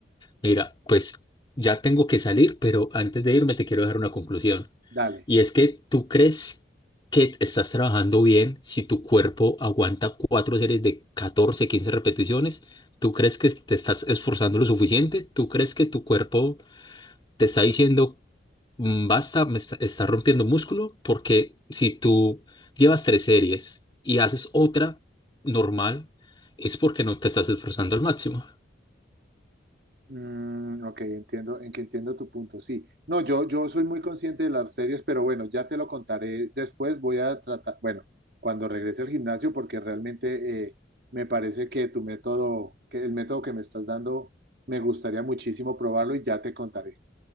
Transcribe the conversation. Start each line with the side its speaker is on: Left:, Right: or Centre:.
Left: Mira, pues ya tengo que salir, pero antes de irme te quiero dejar una conclusión.
Right: Dale.
Left: Y es que tú crees que estás trabajando bien si tu cuerpo aguanta cuatro series de 14, 15 repeticiones. ¿Tú crees que te estás esforzando lo suficiente? ¿Tú crees que tu cuerpo te está diciendo, "Mm, basta, me está, está rompiendo músculo? Porque si tú llevas tres series y haces otra normal, es porque no te estás esforzando al máximo.
Right: Mm, ok, entiendo, en que entiendo tu punto, sí. No, yo, yo soy muy consciente de las series, pero bueno, ya te lo contaré después. Voy a tratar, bueno, cuando regrese al gimnasio, porque realmente eh, me parece que tu método, que el método que me estás dando, me gustaría muchísimo probarlo y ya te contaré.